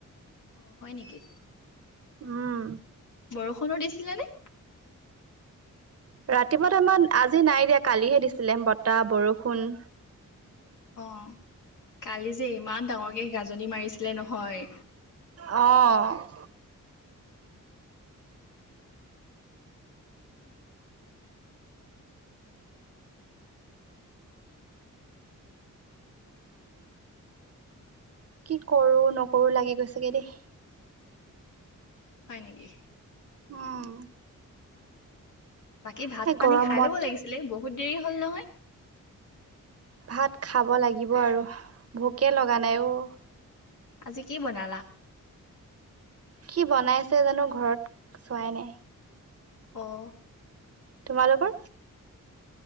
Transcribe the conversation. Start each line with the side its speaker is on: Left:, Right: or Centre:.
Left: অ', হয় নেকি।
Right: উম।
Left: বৰষুণো দিছিলে নে?
Right: ৰাতিপুৱা টাইমত আজি নাই দিয়া কালিহে দিছিলে বতাহ বৰষুণ।
Left: অ', কালি যে ইমান ডাঙৰকে গাজনি মাৰিছিলে নহয়।
Right: অ'। কি কৰো নকৰো লাগি গৈছেগে দেই।
Left: হয় নেকি।
Right: উম।
Left: বাকী ভাত
Right: এই
Left: পানী
Right: গৰমত
Left: খাই ল'ব লাগিছিলে বহুত দেৰি হ'ল নহয়।
Right: ভাত খাব লাগিব আৰু ভোকে লগা নাই অ'।
Left: আজি কি বনালা?
Right: কি বনাইছে জানো ঘৰত চোৱাই নাই।
Left: অ'।
Right: তোমালোকে?